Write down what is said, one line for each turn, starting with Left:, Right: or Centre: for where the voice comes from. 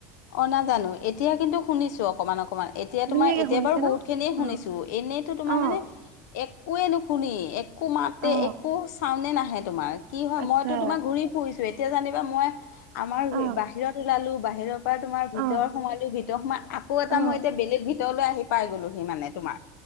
Left: অ নাজানোঁ। এতিয়া কিন্তু শুনিছোঁ অকমান অকমান। এতিয়া তোমাৰ
Right: ধুনীয়াকে
Left: এতিয়া
Right: শুনিছে
Left: বাৰু বহুত
Right: ন
Left: খিনিয়ে শুনিছোঁ।
Right: অ
Left: এনেইতো তোমাৰ
Right: অ
Left: মানে এক একোৱেই নুশুনি একো মাতে
Right: অ
Left: একো চাউনে নাহে তোমাৰ। কি হয়
Right: আচ্ছা
Left: মইতো তোমাৰ ঘূৰি ফুৰিছোঁ। তো এতিয়া জানিবা মই আমাৰ
Right: অ
Left: বাহিৰত ওলালোঁ বাহিৰত। তাৰ তোমাৰ ভিতৰত
Right: অ
Left: সোমালোঁ ভিতৰ সোমাই আকৌ এটা
Right: অ
Left: মই এতিয়া বেলেগ ভিতৰলৈ আহি পাই গ'লোহি মানে তোমাৰ।